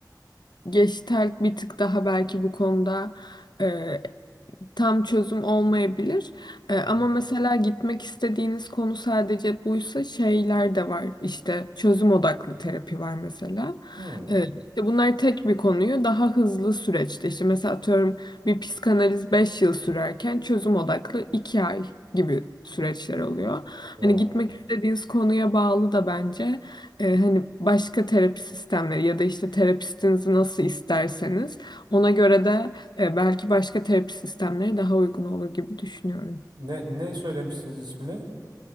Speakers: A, on the left; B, on the right.
A: Gestalt bir tık daha belki bu konuda e, tam çözüm olmayabilir. E, ama
B: Hı hı.
A: mesela gitmek istediğiniz konu sadece buysa şeyler de var. İşte çözüm odaklı terapi var mesela.
B: Hmm.
A: Evet, işte bunlar tek bir konuyu daha hızlı süreçte işte mesela atıyorum bir psikanaliz 5 yıl sürerken çözüm odaklı 2 ay gibi süreçler oluyor.
B: Oh, Wow.
A: Hani gitmek istediğiniz konuya bağlı da bence e, hani başka terapi sistemleri ya da işte terapistinizi nasıl isterseniz ona göre de e, belki başka terapi sistemleri daha uygun olur gibi düşünüyorum.
B: Ne, ne söylemişsiniz ismine?